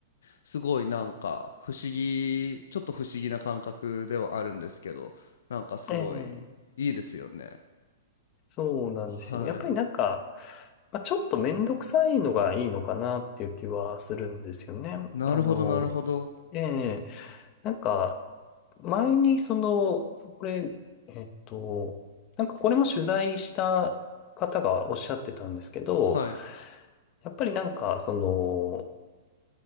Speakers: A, on the left (about 75°); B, on the left (about 35°).
A: すごいなんか不思議ちょっと不思議な感覚ではあるんですけどなんかすごいいいですよね
B: ええ、そうなんですよ。
A: は
B: やっぱりなんか、まあ、ちょっとめんどくさいのがいいのかなっていう気はするんですよね。あの、
A: いなるほどなるほど
B: ええ、なんか、前にその、これ、えっと、なんかこれも取材した方がおっしゃってたんですけど、
A: はい
B: やっぱりなんか、その、